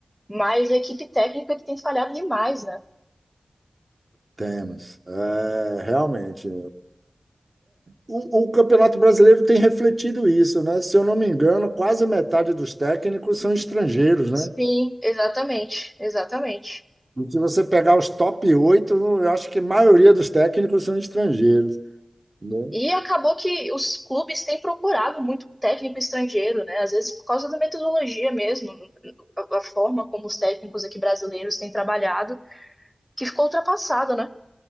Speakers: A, in the centre; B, on the right (about 40°).
A: mas a equipe técnica que tem falhado demais, né?
B: temos, é, realmente. O, o Campeonato Brasileiro tem refletido isso, né? Se eu não me engano, quase metade dos técnicos são estrangeiros, né?
A: Sim, exatamente, exatamente.
B: E se você pegar os top 8, eu acho que a maioria dos técnicos são estrangeiros, né?
A: E acabou que os clubes têm procurado muito técnico estrangeiro, né? Às vezes por causa da metodologia mesmo, a a forma como os técnicos aqui brasileiros têm trabalhado, que ficou ultrapassado, né?